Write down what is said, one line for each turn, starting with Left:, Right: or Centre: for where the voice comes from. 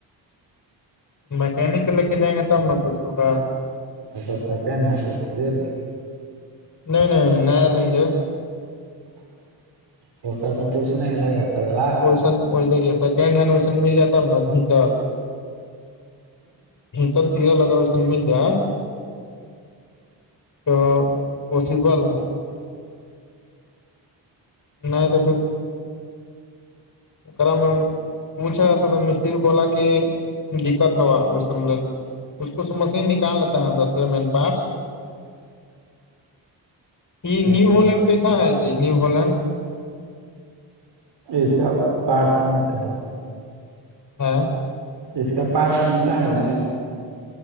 Left: میکینک لے کے جائیں گے تب نہ پوچھو گا
Right: اچھا سیکنڈ ہینڈ لے لیجیے
Left: نہیں نہیں نیا لیں گے
Right: وہ سر م کسناائے گا کرارلہ
Left: د سیکنڈ ہینڈ ویسن مل جاتا نا نھیچل چل تیرا لگا مل جائے تو پاسبل ہے نہیں تو پھر کرا میںم پوچھ رہا تھا تھا مستری بولا کے دقت ہوا اس س ل اسچ کھ مشین نکال لیتا ہے اندر سے مین پارٹس یہ
Right: اچھا
Left: نیو ہولینڈ کیسا ہے جی نیو ہولینڈ
Right: اس کا پاٹ سنتا ہے
Left: ہاں
Right: اس کا پارٹ ملتا ہے نا